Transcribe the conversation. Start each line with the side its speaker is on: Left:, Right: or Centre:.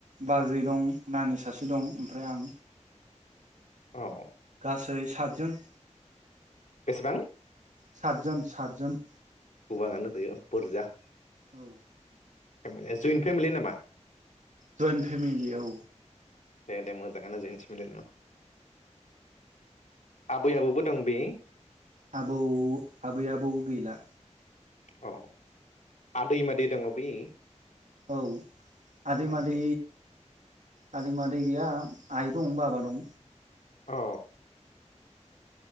Right: बाजै दं, नानि सासे दं ओमफ्राय आं
Left: औ।
Right: गासै सातजोन।
Left: बेसेबां?
Right: सातजोन सातजोन।
Left: गोबाङानो जायो बुरजा
Right: औ।
Left: फेमिलि, जयन्ट फेमिलि नामा?
Right: जइन्ट फेमिलि औ।
Left: दे दे मोजाङानो जयेन्ट पेमिलियानो, आबै आबौबो दं बे?
Right: आबौ आबै आबौ गैला।
Left: औ आदै मादै दङ' बे
Right: औ आदै
Left: अ
Right: मादै
Left: दे
Right: आदैमादै गैया आइ दं बाबा दं
Left: औ।